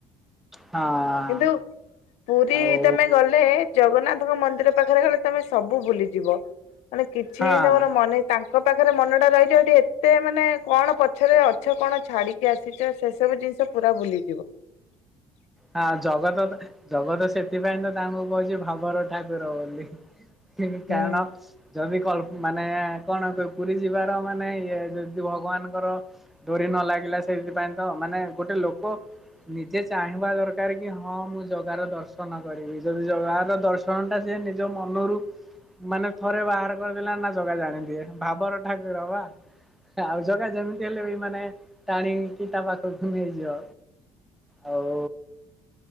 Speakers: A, in the centre; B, on the left.
A: ହଁ
B: କିନ୍ତୁ ପୁରୀ
A: ଆଉ
B: ତମେ ଗଲେ ଜଗନ୍ନାଥ ଙ୍କ ମନ୍ଦିର ପାଖରେ ଗଲେ ତମେ ସବୁ ଭୁଲିଯିବ। ମାନେ କିଛି
A: ହଁ।
B: ତାଙ୍କ ମନେ ତାଙ୍କ ତାଙ୍କ ପାଖରେ ମନଟା ରହିଛି ଏଠି ଏତେ ମାନେ କଣ ପଛରେ ଅଛ କଣ ଛାଡ଼ିକି ଆସିଛ ସେସବୁ ଜିନିଷ ପୁରା ଭୁଲି <unintelligible>
A: ହଁ ଜଗତ ତ ଜଗତ ସେଥିପାଇଁ ତ ତାଙ୍କୁ କହୁଛି ଭାବର ଠାକୁର ବୋଲି। ସେବି
B: ହୁଁ
A: କାରଣ ଯଦି କଳ୍ପ ମାନେ କଣ ପୁରୀ ଯିବାର ମାନେ ଇଏ ଯଦି ଭଗବାନଙ୍କର ଡୋରି ନ ଲାଗିଲା ସେଇଥିପାଇଁ ତ ମାନେ ଗୋଟେ ଲୋକ ନିଜେ ଚାହିଁବା ଦରକାର କି ହଁ ମୁଁ ଜଗା ର ଦର୍ଶନ କରିବି ଯଦି ଜଗାର ଦର୍ଶନ ଟା ସି ନିଜ ମନରୁ ମାନେ ଥରେ ବାହାର କରିଦେଲା ନା ଜଗା ଜାଣି ଦିଏ ଭାବର ଠାକୁର ବା ଆଉ ଜଗା ଯେମିତି ହେଲେ ବି ମାନେ ଟାଣିକି ତା ପାଖକୁ ନେଇଯିବ ଆଉ